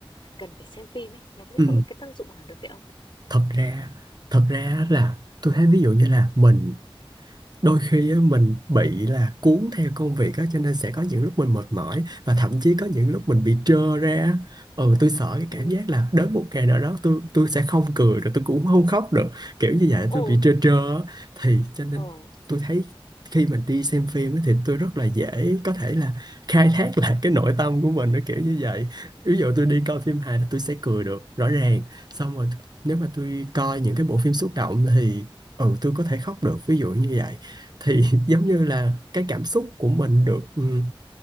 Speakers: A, on the left (about 60°); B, on the right (about 45°).
A: cần phải xem phim ấy, nó sẽ
B: ừ
A: có cái tác dụng nào đối với ông?
B: thật ra thật ra là tôi thấy ví dụ như là mình đôi khi á, mình bị là cuốn theo công việc á cho nên sẽ có những lúc mình mệt mỏi và thậm chí có những lúc mình bị trơ ra á. ừ tôi sợ cái
A: Ừ.
B: cảm giác là đến một ngày nào đó tôi tôi sẽ không cười được tôi cũng không khóc được kiểu như vậy
A: Ồ.
B: tôi bị trơ trơ á. thì cho nên
A: Ờ,
B: tôi thấy khi mình đi xem phim á, thì tôi rất là dễ có thể là khai thác <laughs> lại cái nội tâm của mình nó kiểu như vậy ví dụ tôi đi coi phim hài là tôi sẽ cười được rõ ràng xong rồi nếu mà tôi coi những cái bộ phim xúc động thì ừ tôi có thể khóc được ví dụ như vậy thì <laughs> giống như là cái cảm xúc của mình được ừ,